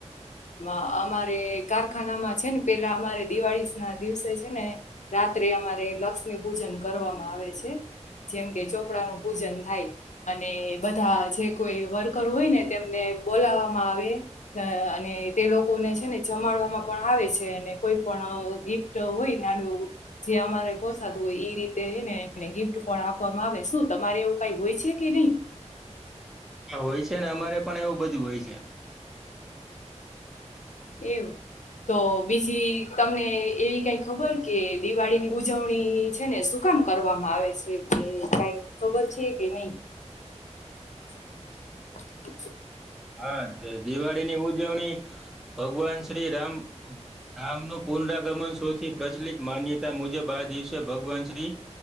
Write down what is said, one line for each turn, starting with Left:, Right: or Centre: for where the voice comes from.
Left: અ અમારે કારખાનામાં છે ને પેલા અમારે દિવાળી ના દિવસે છે ને રાત્રે અમારે લક્ષ્મી પૂજન કરવામાં આવે છે. જેમ કે ચોપડા નું પૂજન થાય અને બધા જે કોઈ વર્કર હોય ને તેમને બોલાવામાં આવે અને તે લોકોને છે, ને જમાડવામાં પણ આવે છે કોઈ પણ ગિફ્ટ હોય નાનું એવું જે અમારે પોસાતું હોય એ રીતેને એને ગિફ્ટ પણ આપવામાં આવે શું તમારે એવું કઈ હોય છે કે નહીં?
Centre: હા હોય છે, ને અમારે પણ એવું બધું હોય છે.
Left: એવું તો બીજી તમને એવી કઈ ખબર કે દિવાળી ની ઉજવણી છે ને સુકામ કરવામાં આવે છે? કે કઈ ખબર છે કે નહી?
Centre: <inaudible>
Left: <inaudible>
Centre: હા દિવાળી ની ઉજવણી ભગવાન શ્રી રામ રામનું પુનરાગમન સૌથી પ્રચલિત માન્યતા મુજબ આ દિવસે ભગવાન શ્રી